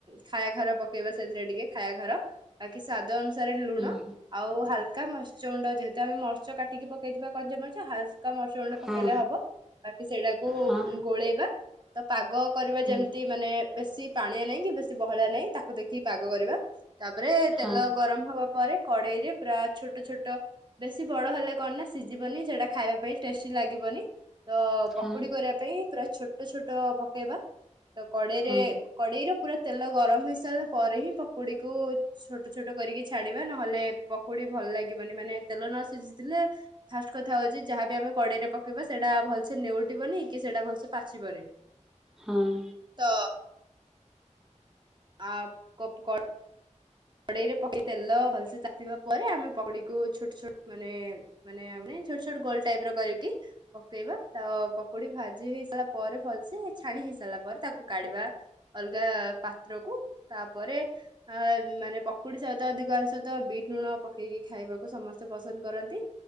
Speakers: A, on the right; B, in the centre.
A: ଖାୟାଘାର ପକେଇବା ସେଥିରେ ଟିକେ ଖାୟାଘାର। ବାକି ସ୍ଵାଦ ଅନୁସାରେ ଲୁଣ।
B: ହୁଁ
A: ଆଉ ହାଲକା ମର୍ସ୍ୟ ଗୁଣ୍ଡ ଯେହେତୁ ଆମେ ମର୍ଚ୍ୟ କାଟିକି ପକେଇଥିବା କଞ୍ଜାମଣିଚ ହାଲକା ମର୍ଚ୍ୟ ଗୁଣ୍ଡ
B: ହୁଁ ହଁ
A: ପକେଇଲେ ହବ। ବାକି ସେଇଟାକୁ
B: ହଁ
A: ଗୋଳେଇବା। ତ ପାଗ କରିବା
B: ହୁଁ
A: ଯେମିତି ମାନେ ବେଶୀ ପାଣିଆ ନାହିଁ କି ବେଶୀ ବହଳିଆ ନାହିଁ ତାକୁ ଦେଖିକି ପାଗ କରିବା। ତାପରେ ତେଲ
B: ହଁ
A: ଗରମ୍ ହବା ପରେ କଡେଇ ରେ ପୁରା ଛୋଟ ଛୋଟ। ବେଶୀ ବଡ ହେଲେ କଣ ନା ସିଝିବନି ସେଟା ଖାଇବା ପାଇଁ ଟେଷ୍ଟି ଲାଗିବନି। ତ
B: ହଁ
A: ପକୁଡି କରିବା ପାଇଁ ପୁରା ଛୋଟ ଛୋଟ ପକେଇବା, ତ କଡେଇରେ
B: ହଁ
A: କଡେଇ ର ପୁରା ତେଲ ଗରମ୍ ହେଇ ସାରିଲା ପରେ ହିଁ ପକୁଡିକୁ ଛୋଟ ଛୋଟ କରିକି ଛାଡିବା ନହେଲେ ପକୁଡି ଭଲ ଲାଗିବନି ମାନେ ତେଲ ନ ସିଝିଥିଲେ ଫାଷ୍ଟ୍ କଥା ହଉଛି ଯାହାବି ଆମେ କଡେଇ ରେ ପକେବା ସେଟା ଭଲ୍ ସେ ନେଉଟିବନି କି ସେଇଟା ଭଲ୍ ପା ସିପାରେ।
B: ହଁ।
A: ତ <unintelligible> କଡେଇ ରେ ପକେଇ ତେଲ ଭଲ୍ ସେ ତାତିବା ପରେ ଆମେ ପକୁଡିକୁ ଛୋଟ୍ ଛୋଟ ମାନେ ମାନେ ଆମେ ଛୋଟ ଛୋଟ ଗୋଲ ଟାଇପ୍ ର କରିକି ପକେଇବା ତ ପକୋଡି ଭାଜି ହେଇ ସାରିଲା ପରେ ଭଲ୍ ସେ ଛାଣି ହେଇ ସାରିଲା ପରେ ତାକୁ କାଢିବା। ଅଲଗା ପାତ୍ରକୁ ତାପରେ ଅ ମାନେ ପକୁଡି ସହିତ ଅଧିକାଂଶ ତ ବିଟ୍ ଲୁଣ ପକେଇକି ଖାଇବାକୁ ସମସ୍ତେ ପସନ୍ଦ କରନ୍ତି।